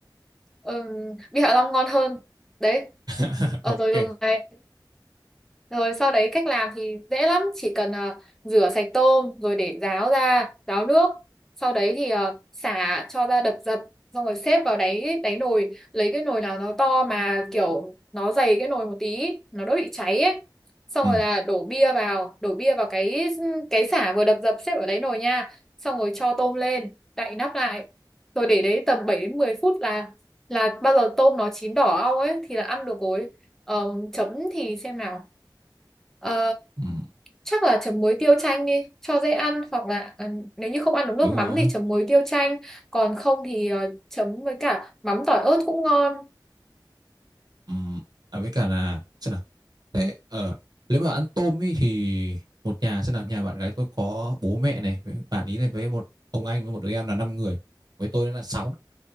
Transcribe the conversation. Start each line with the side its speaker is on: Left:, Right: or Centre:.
Centre: ừm, bia Hạ Long ngon hơn đấy
Right: <laughs>
Centre: ờ,
Right: ok
Centre: rồi đường này rồi sau đấy cách làm thì dễ lắm, chỉ cần ờ, rửa sạch tôm rồi để ráo ra, ráo nước. Sau đấy thì ờ, xả cho ra đập dập xong rồi xếp vào đáy đáy nồi, lấy cái nồi nào nó to mà kiểu nó dày cái nồi một tí, nó đỡ bị cháy ấy. Xong
Right: ừ,
Centre: rồi là đổ bia vào, đổ bia vào cái cái xả vừa đập dập xếp ở đáy nồi nha. Xong rồi cho tôm lên, đậy nắp lại. Rồi để đấy tầm 7 đến 10 phút là là bao giờ tôm nó chín đỏ au ấy thì là ăn được rồi. Ờ, chấm thì xem nào Ờ,
Right: ừ,
Centre: chắc là chấm muối tiêu chanh đi cho dễ ăn hoặc là ờ, nếu như không ăn được nước
Right: đúng
Centre: mắm
Right: rồi
Centre: thì chấm muối tiêu chanh còn không thì ờ, chấm với cả mắm tỏi ớt cũng ngon
Right: ừ, à, với cả là xem nào thế ở nếu mà ăn tôm ý thì một nhà xem nào nhà bạn gái tôi có bố mẹ này với bạn ý này với một ông anh với một đứa em là 5 người với tôi là 6